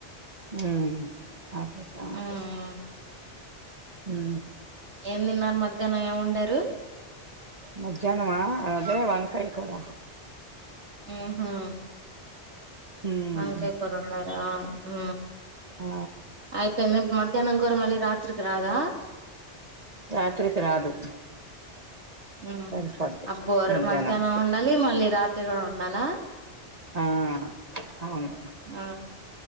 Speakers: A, on the right (about 35°); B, on the right (about 70°).
A: ఉమ్ ఆపేస్తా ఆపేస్త
B: ఉమ్
A: ఉ
B: ఏం తిన్నారు మధ్యాహ్నం ఏమొండారు
A: మధ్యాహ్నమా అదే వంకాయ కూరా
B: ఊహా
A: ఉమ్,
B: ఒంకయ్ కూరండరా ఆ
A: ఆ
B: అయిపోఇంద ఇప్ మధ్యాహ్నం కుర మళ్ళి రాత్రికి రాదా
A: రాత్రికి రాదు
B: ఉహు
A: సరిపోద్ది
B: అబ్బో
A: మధ్యాహ్నానికి
B: మధ్యాహ్నం ఒండాలి మళ్ళీ రాత్రి రి వండాలా
A: ఆ అవును
B: ఆ